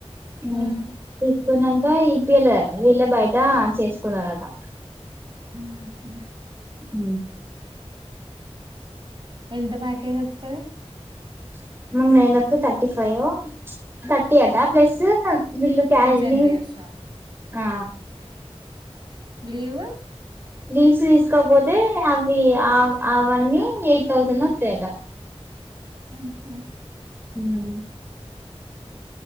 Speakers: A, on the right; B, on the right.
A: హు
B: ఉమ్,
A: అకున్నాక ఇప్పియాలేదుట వీళ్ళ బయట చేసుకున్నారురట
B: ఉహు
A: హు
B: ఎంత ప్యాకేజ్ వత్తాది.
A: <unintelligible> తర్టీ ఫైవ్ తర్టీ ఆటా ప్లస్ బిల్లు <unintelligible>
B: ఇన్సెంటివ్స్
A: ఆ
B: లీవు
A: లీవ్స్ తీసుకోపోతే అవి అవన్నీ ఎయిట్ థౌసండ్ వస్తాయట
B: ఆహా
A: హు